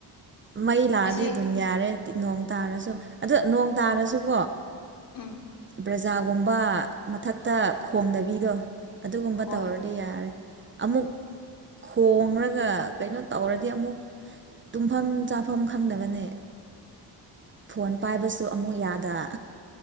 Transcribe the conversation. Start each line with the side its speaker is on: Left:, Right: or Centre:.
Right: ꯃꯩ ꯂꯥꯛꯑꯗꯤ
Left: ꯑꯁꯤ
Right: ꯑꯗꯨꯝ ꯌꯥꯔꯦ ꯅꯣꯡ ꯇꯥꯔꯁꯨ ꯑ ꯅꯣꯡ ꯇꯥꯔꯁꯨꯀꯣ
Left: ꯎꯝ
Right: ꯄ꯭ꯔꯖꯥꯒꯨꯝꯕ ꯃꯊꯛꯇ ꯈꯣꯡꯗꯕꯤꯗꯣ ꯑꯗꯨꯒꯨꯝꯕ
Left: ꯍꯣꯏ
Right: ꯇꯧꯔꯗꯤ ꯌꯥꯔꯦ ꯑꯃꯨꯛ ꯈꯣꯡꯡꯂꯒ ꯀꯩꯅꯣ ꯇꯧꯔꯗꯤ ꯑꯃꯨꯛ ꯇꯨꯝꯐꯝ ꯆꯥꯐꯝ ꯈꯪꯗꯕꯅꯦ ꯐꯣꯟ ꯄꯥꯏꯕꯁꯨ ꯑꯃꯨꯛ ꯌꯥꯗ